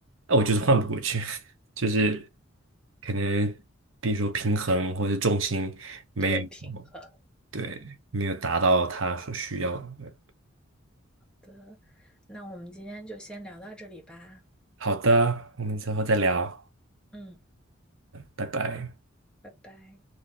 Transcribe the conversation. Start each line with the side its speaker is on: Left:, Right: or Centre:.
Right: 那我就是换不过去，
Centre: 嗯，
Right: <laughs> 就是可能比如说平衡或者重心没有，
Centre: 对，平衡，
Right: 对，
Centre: 对
Right: 没有达到他所需要的。对
Centre: 的。那我们今天就先聊到这里吧。
Right: 好的，我们之后再聊。
Centre: 嗯，
Right: 拜拜。
Centre: 拜拜。